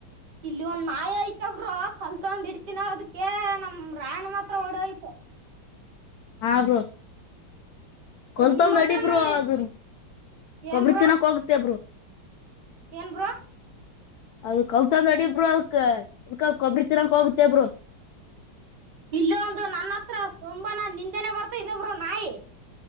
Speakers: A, on the right; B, on the left.
A: ಇಲ್ಲಿ ಒಂದ್ ನಾಯಿ ಆಯತಬ್ರ ಕಲ್ತಂದ್ ಇಡ್ತಿನ ಅದಕ ನಮ ರಾಣ ಮಾತ್ರ ಓಡೋಯ್ತು
B: ಹ ಬ್ರು ಕಲ್ತಂದ್
A: ಇನ್ ನಿಮ್ ಹತ್ರನು
B: ಅಡಿಬರು ಅದ ಕೊಬ್ರ
A: ಏನ್ ಬ್ರೋ
B: ತಿನ್ನಕ್ ಹೋಗತೇಬರು
A: ಏನ್ ಬ್ರು
B: ಅದಕ್ ಹೋಗತಂದ ನೋಡಿ ಇಬರು ಅದಕ ಕೊಬ್ಬಿಡ್ತರಕ ಹೋಗತಬರು
A: ಇಲ್ಲೊಂದು ನನ್ನ ಹತ್ರ ತಂಬನ ನಿಂದೆನೆ ಬರ್ತಾ ಇದಬ್ರು ನಾಯಿ